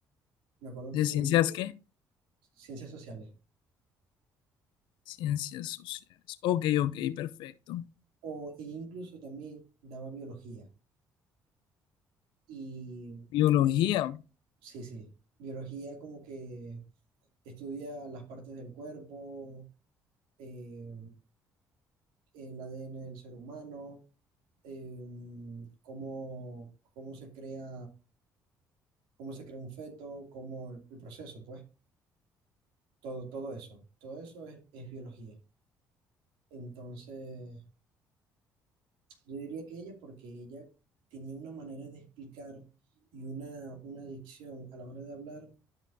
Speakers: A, on the right; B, on the left.
A: Me acuerdo
B: ¿De
A: que
B: ciencias qué?
A: ciencias sociales.
B: Ciencias sociales. Ok, ok, perfecto.
A: O ella incluso también daba biología. Y
B: Biología.
A: me ayu- sí, sí, biología como que estudia las partes del cuerpo, eh, el ADN del ser humano, eh, cómo, cómo se crea, cómo se crea un feto, cómo el, el proceso, pues, todo, todo eso. Todo eso es, es biología. Entonces, Yo diría que ella, porque ella tenía una manera de explicar y una, una dicción a la hora de hablar